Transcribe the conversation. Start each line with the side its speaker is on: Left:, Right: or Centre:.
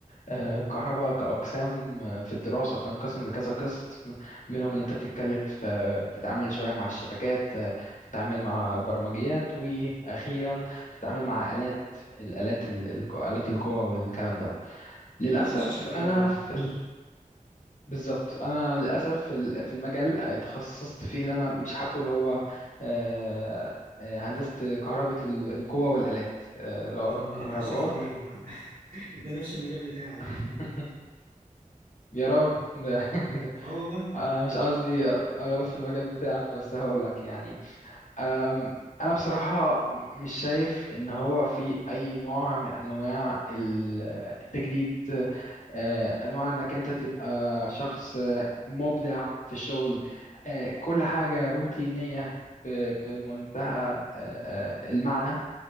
Left: أه الكهرباء كأقسام آه، في الدراسة بتنقسم لكذا قسم منهم إن أنت بتتكلم في بتتعامل شوية مع الشبكات آه، بتتعامل مع برمجيات وأخيرا بتتعامل مع آلات الآلات ال- الآلات القوى والكلام دوت للأسف
Right: أنت اتخصصت في
Left: أنا
Right: إيه الأول؟
Left: في ال- بالظبط انا للاسف في ال- في المجال آه، تخصصت فيه اللي انا مش حابه اللي هو آه، آه، هندسه كهرباء ال- القوه والالات آه، اللي هو
Right: طب للأسف
Left: كهرباء باور
Right: ليه؟ ما... <laughs> ده نفس المجال بتاعي على
Left: <laughs>
Right: فكرة
Left: يا راجل ده <laughs> ده
Right: أه والله
Left: انا مش قصدي اغلط في المجال بتاعك بس هقول لك يعني أم، انا بصراحه مش شايف ان هو في اي نوع من انواع ال- التجديد آه، انواع انك انت تبقى شخص آه، مبدع في الشغل آه، كل حاجة روتينية ب- بمنتهى آه،
Right: مم.
Left: آه، المعنى